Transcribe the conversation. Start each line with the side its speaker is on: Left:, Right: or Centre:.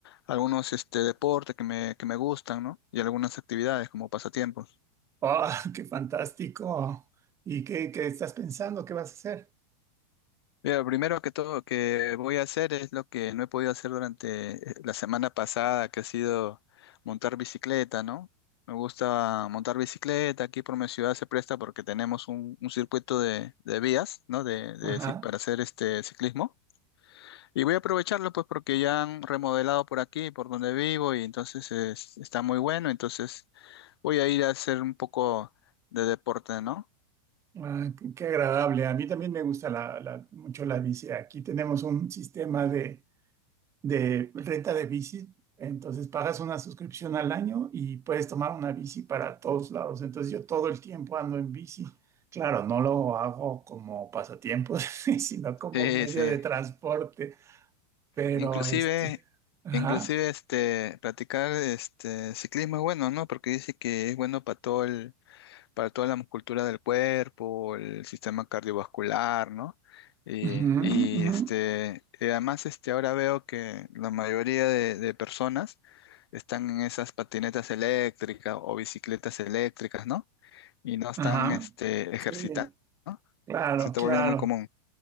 Left: algunos este, deportes que me, que me gustan, ¿no? Y algunas actividades como pasatiempos.
Right: ¡Ah, <laughs> qué fantástico! ¿Y qué, qué estás pensando? ¿Qué vas a hacer?
Left: Mira, lo primero que todo que voy a hacer es lo que no he podido hacer durante eh, la semana pasada, que ha sido montar bicicleta, ¿no? Me gusta montar bicicleta, aquí por mi ciudad se presta porque tenemos un, un circuito de, de vías, ¿no? De, de
Right: Ajá,
Left: ci- para hacer este ciclismo. Y voy a aprovecharlo pues porque ya han remodelado por aquí, por donde vivo, y entonces es- está muy bueno, entonces voy a ir a hacer un poco de deporte, ¿no?
Right: Ah, qué, qué agradable. A mí también me gusta la, la- mucho la bici. Aquí tenemos un sistema de, de renta de bici. Entonces pagas una suscripción al año y puedes tomar una bici para todos lados. Entonces yo todo el tiempo ando en bici. Claro, no lo hago como pasatiempo, <laughs> sino como
Left: Sí,
Right: medio
Left: sí.
Right: de transporte. Pero
Left: Inclusive,
Right: este, ajá.
Left: inclusive este, practicar este ciclismo es bueno, ¿no? Porque dice que es bueno para todo el, para toda la musculatura del cuerpo, el sistema cardiovascular, ¿no? Y,
Right: Ujú,
Left: y,
Right: ujú.
Left: este, y además este, ahora veo que la mayoría de, de personas están en esas patinetas eléctricas o bicicletas eléctricas, ¿no? Y no están
Right: Ajá.
Left: este, ejercitando,
Right: Sí,
Left: ¿no?
Right: claro,
Left: Se está
Right: claro.
Left: volviendo muy común.